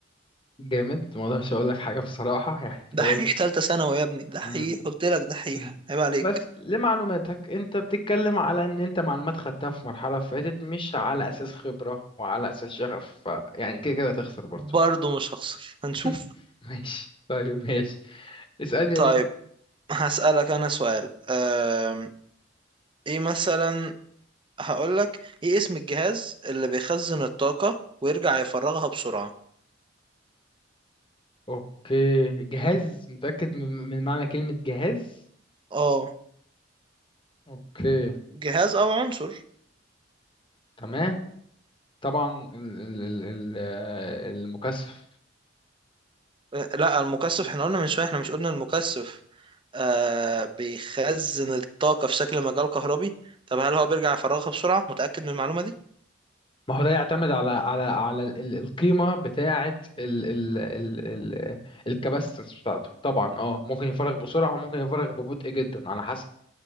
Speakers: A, on the left; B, on the right.
A: جامد ما اقدرش اقول لك حاجة بصراحة يعني انت
B: دحيح
A: قلت
B: تالتة ثانوي يا ابني دحيح
A: مم.
B: قلت لك دحيح
A: مم.
B: عيب عليك
A: بس لمعلوماتك انت بتتكلم على ان انت معلومات خدتها في مرحلة فاتت مش على اساس خبرة وعلى اساس شغف فيعني كده كده هتخسر برضو
B: برضه مش هخسر هنشوف
A: <laughs> ماشي طيب ماشي اسألني يا
B: طيب
A: بيه
B: هسألك أنا سؤال أم... ايه مثلا هقولك ايه اسم الجهاز اللي بيخزن الطاقة ويرجع يفرغها بسرعة
A: اوكي جهاز متأكد من, من معنى كلمة جهاز
B: اه
A: اوكي
B: جهاز او عنصر
A: تمام طبعا ال ال ال ال- آه، المكثف
B: آه، لا المكثف احنا قلنا من شويه احنا مش قلنا المكثف آه بيخزن الطاقه في شكل مجال كهربي طب هل هو بيرجع يفرغها بسرعه متاكد من المعلومه دي
A: ما هو ده يعتمد على على على ال- ال- القيمة بتاعة ال ال ال ال الكباستنس بتاعته طبعا اه ممكن يفرغ بسرعة ممكن يفرغ ببطء جدا على حسب